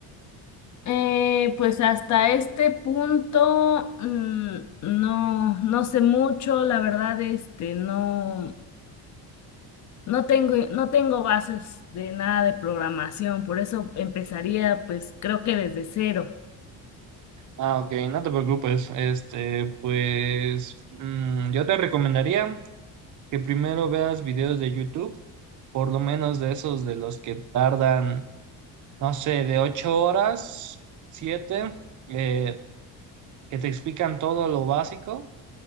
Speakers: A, on the left (about 40°); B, on the right (about 40°).
A: Eh, pues hasta este punto mm, no, no sé mucho, la verdad, este, no, no tengo, no tengo bases de nada de programación, por eso empezaría, pues creo que desde cero.
B: Ah, ok, no te preocupes. Este, pues mm, yo te recomendaría que primero veas videos de YouTube, por lo menos de esos de los que tardan, no sé, de ocho horas, siete, eh, que te explican todo lo básico.